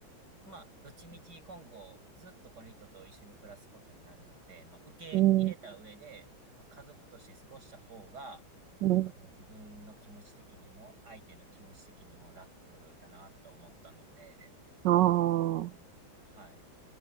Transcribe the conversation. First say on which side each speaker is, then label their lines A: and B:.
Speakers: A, on the right; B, on the right.
A: う。まあ、どっちみち今後ずっとこの人と一緒に暮らすことになるので、まあ、受け入れた上で、
B: うん。
A: まあ、家族として過ごした方が、
B: うん。
A: まあ、自分の気持ち的にも相手の気持ち的にも楽だなと思ったので、
B: ああ。
A: はい。